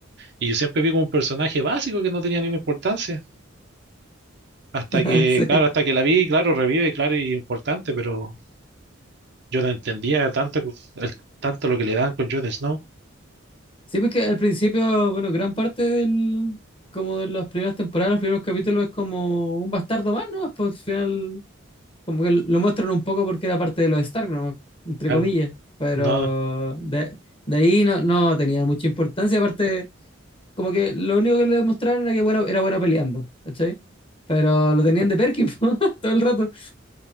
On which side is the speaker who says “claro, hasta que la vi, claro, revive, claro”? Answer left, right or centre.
Right